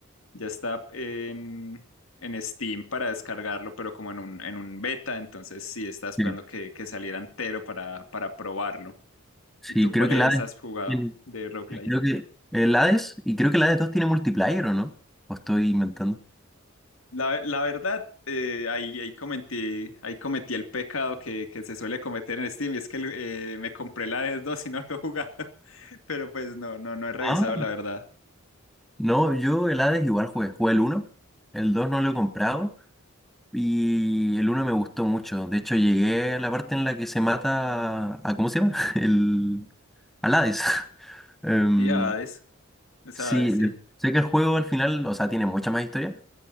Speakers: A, on the left; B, in the centre.
A: ya está en, en Steam para descargarlo, pero como en un, en un beta, entonces sí estaba esperando
B: Sí,
A: que, que saliera entero para, para probarlo.
B: Sí,
A: ¿Y tú
B: creo
A: cuáles
B: que el Hades,
A: has jugado
B: tiene-
A: de roguelike?
B: creo que el Hades, y creo que el Hades 2 tiene multiplayer, ¿o no? ¿O estoy inventando?
A: La, la verdad, eh, ahí, ahí, cometí, ahí cometí el pecado que, que se suele cometer en Steam y es que eh, me compré la Hades 2 y no lo he jugado, <laughs> pero pues no, no, no he revisado
B: Ah,
A: la verdad.
B: no, yo el Hades igual jugué, jugué el uno el 2 no lo he comprado, Y el uno me gustó mucho. De hecho, llegué a la parte en la que se mata a, ¿cómo se llama? <laughs> El, al Hades. <laughs> Em,
A: Y Hades, esa
B: sí,
A: Hades sí.
B: de- sé que el juego al final, o sea, tiene mucha más historia,